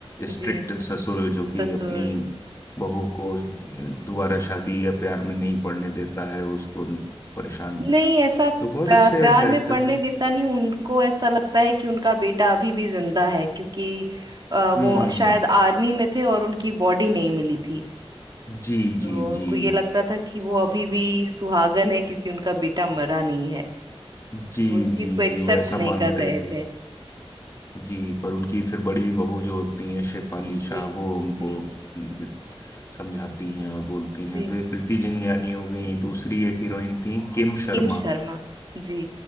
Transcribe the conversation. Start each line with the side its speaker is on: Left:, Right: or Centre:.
Left: स्ट्रिक्ट
Right: जी
Left: ससुर जो कि
Right: ससुर
Left: अपनी बहू को दोबारा शादी या प्यार में नहीं पड़ने देता है वो उसको परेशान
Right: नहीं ऐसा प्या-
Left: तो बहुत अच्छे
Right: प्यार
Left: कैरेक्टर
Right: में पड़ने
Left: थे
Right: देता नहीं उनको ऐसा लगता है कि उनका बेटा अभी भी जिंदा है क्योंकि अ,
Left: हम्म
Right: वो शायद आर्मी में थे और उनकी बॉडी नहीं मिली थी
Left: जी
Right: तो
Left: जी
Right: उनको
Left: जी
Right: ये लगता था कि वो अभी भी सुहागन है क्योंकि उनका बेटा मरा नहीं है
Left: जी
Right: तो वो इस चीज
Left: जी
Right: को
Left: जी
Right: एक्सेप्ट
Left: वो ऐसा
Right: नहीं
Left: मानते
Right: कर रहे
Left: थे
Right: थे
Left: जी पर उनकी फिर बड़ी बहू जो होती हैं शेफाली शाह
Right: जी
Left: वो उनको
Right: जी
Left: उम, समझाती हैं और बोलती हैं
Right: जी
Left: तो एक प्रीति जिंगियानी हो गई दूसरी एक हीरोइन थी किम शर्मा
Right: किम शर्मा जी